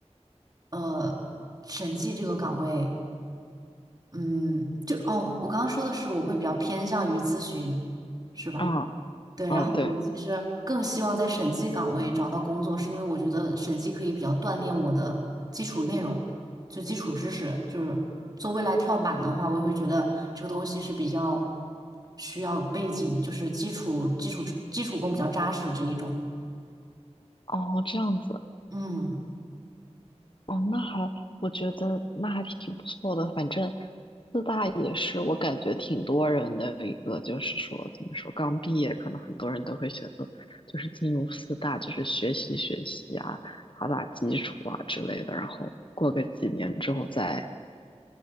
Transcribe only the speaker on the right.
呃审计这个岗位。嗯，就哦，我刚刚说的是我会比较偏向于咨询，是吧？
对，
然后我其实更希望在审计岗位找到工作，
是因为我觉得审计可以比较锻炼我的基础内容，就基础知识，就是做未来跳板的话，我也会觉得这个东西是比较需要背景，就是基础基础基础功比较扎实这一种。
嗯，